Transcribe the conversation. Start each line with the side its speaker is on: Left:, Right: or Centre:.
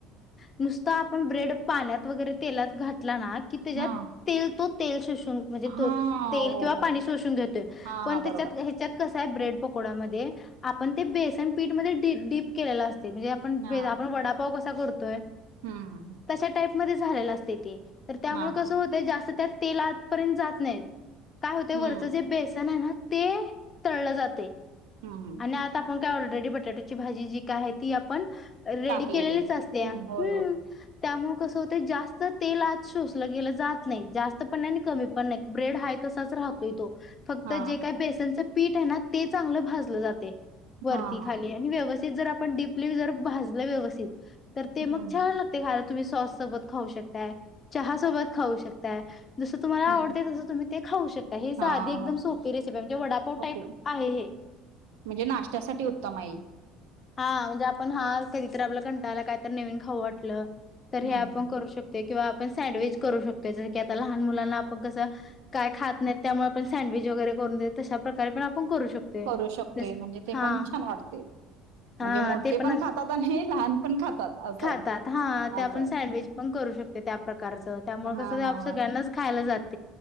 Left: नु आप ब्रेड पाण्यात वरेला त्या
Right: हा
Left: तो अ म्हणजे
Right: हा
Left: ते तेल
Right: हो
Left: किंवा
Right: हो
Left: पाणी शोषून घेतोय
Right: हा
Left: पण
Right: हा बरोबर.
Left: तिच्यात हे कस आहे ब्रेड पकोडा म आपण ते बेसन पीठ म डीप डीप केलेल अस ते म्हणजे आपण
Right: हा
Left: आपण वडापाव कसा करतोय
Right: हम्म हम्म
Left: तशा टाईप मध्ये झालेला असतय ते तर त्यामुळ
Right: हा
Left: कसं
Right: हा
Left: होतंय जास्त त्यात तेल आतपर्यंत जात नाही. काय होतय
Right: हम्म
Left: वरचं जे बेसन आहे ना ते तळलं जातय
Right: हम्म
Left: आणि आत आपण काय ऑलरेडी बटाटया ची भाजी जी काय आहे ती आपण रेडी
Right: टाकलेले
Left: केलेलीच
Right: आहे. हम्म
Left: असतेया हूं
Right: होय होय
Left: त्यामु कस होतय जास्त तेल आत शोषल गेल जात नाही जास्त पण नाय आणि कमी पण नाय ब्रेड हाय तसाच राहतोय तो फक्त
Right: हा
Left: जे काय बेसनच पीठ आहे ना ते चांगलं भाजलं जातय. वरती
Right: हा हा
Left: खाली आणि व्यवस्थित जर आपण डीपली जर भाजलं व्यवस्थित तर ते
Right: हम्म
Left: मग छान लागते. खायला तुम्ही सॉस सोबत खाऊ शकताय. चहा सोबत खाऊ शकताय. जस तुम्हाला
Right: हम्म
Left: आवडतय तस तुम्ही ते खाऊ शकता हे साध
Right: हा
Left: एकदम
Right: हा.
Left: सोपी रेसिपी हाय म्हणजे वडापाव
Right: <unintelligible>
Left: टाईप आहे हे
Right: म्हणजे नाशत्यासाठी उत्तम आये.
Left: हा म्हणजे आपण हा कधीतर आपल्याया कंटाळाला आला कायतर नवीन खाऊ वाटलं. तर हे
Right: हम्म
Left: आपण
Right: हम्म
Left: करू शकतोय. किंवा आपण सँडविच करू शकतोय. जस की आता लहान मुलांना आपण कसं काय खात नाहीत त्यामुळे पण सँडविच वगैरे करून देत तशा प्रकारे पण आप पण करू शकतोय.
Right: करू
Left: हा
Right: शकतोय
Left: रेसिप
Right: म्हणजे ते
Left: हा
Right: पण छान वाटते
Left: हा
Right: म्हणजे मोठे
Left: ते पण
Right: खातात आणि लहान पण खातात असं
Left: खातात
Right: आहे
Left: हा ते आपण
Right: असं
Left: सँडविच पण करू शकतोय त्या प्रकारच त्यामुळ
Right: आहे हा
Left: कस
Right: हा
Left: आप
Right: होय
Left: सगळ्यांनाच खायला जात